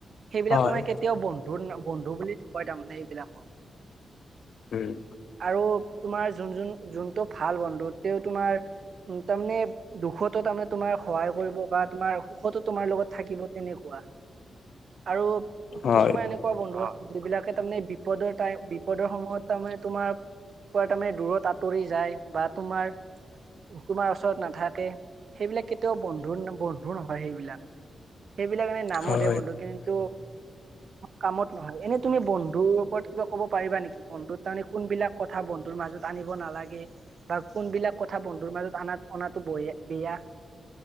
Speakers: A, on the right; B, on the left.
A: সেইবিলাক
B: হয়
A: মানে কেতিয়াও বন্ধু ন বন্ধু বুলি নকয় তাৰমানে সেইবিলাকক।
B: উম'
A: আৰু তোমাৰ যোন যোন যোনটো ভাল বন্ধু তেওঁ তোমাৰ উম তাৰমানে- দুখতো তাৰমানে তোমাৰ সহায় কৰিব বা তোমাৰ সুখতো তোমাৰ লগত থাকিব তেনেকুৱা। আৰু
B: হয়
A: কিছুমান এনেক- কোৱা বন্ধু, যিবিলাকে তাৰমানে বিপদৰ টাই বিপদৰ সময়ত তাৰমানে তোমাৰ- পৰা তাৰমানে দূৰত আঁতৰি যায় বা তোমাৰ- তোমাৰ ওচৰত নাথাকে, সেইবিলাক কেতিয়াও বন্ধুৰ বন্ধু নহয় সেইবিলাক। সেইবিলাক এনেই নামতহে
B: হয়
A: বন্ধু, কিন্তু- কামত নহয় এনেই তুমি বন্ধুৰ ওপৰত কিবা ক'ব পাৰিবা নেকি বন্ধুত তাৰমানে কোনবিলাক- কথা বন্ধুৰ মাজত আনিব নালাগে। বা কোনবিলাক কথা বন্ধুৰ মাজত অনা অনাতো বয়া বেয়া?